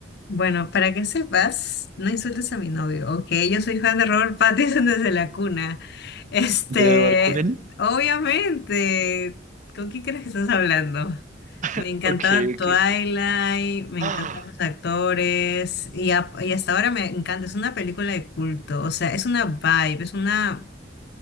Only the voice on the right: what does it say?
¿De Edward Cullen?
Ok,
ok.
<gasps>
Ah,